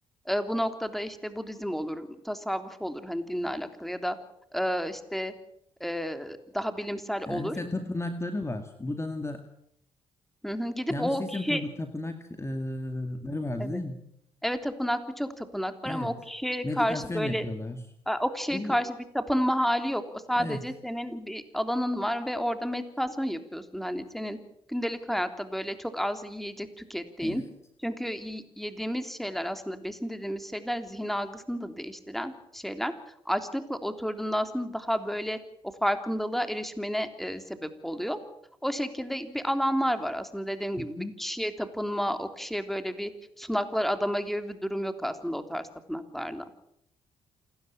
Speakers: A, in the centre; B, on the left.
A: Ee, bu noktada işte Budizm olur, tasavvuf olur hani dinle alakalı ya da e, işte e, daha bilimsel
B: Yani
A: olur.
B: mesela tapınakları var. Buda'nın da
A: Hı hı. Gidip
B: Yanlış
A: o
B: değilsem
A: kişi
B: tabı, tapınakları vardı
A: evet.
B: değil mi?
A: Evet tapınak birçok tapınak
B: Evet.
A: var ama o kişiye
B: Meditasyon
A: karşı böyle
B: yapıyorlar.
A: e, o kişiye
B: Bir,
A: karşı bir tapınma hali yok. O sadece
B: evet.
A: senin bir alanın var ve orada meditasyon yapıyorsun. Hani senin gündelik hayatta böyle çok az yiyecek tükettiğin.
B: Evet.
A: Çünkü y- yediğimiz şeyler aslında besin dediğimiz şeyler zihin algısını da değiştiren şeyler. Açlıkla oturduğunda aslında daha böyle o farkındalığa erişmene e, sebep oluyor. O şekilde bir alanlar var aslında dediğim
B: Hı-hı.
A: gibi bir kişiye tapınma, o kişiye böyle bir sunaklar adama gibi bir durum yok aslında o tarz tapınaklarda.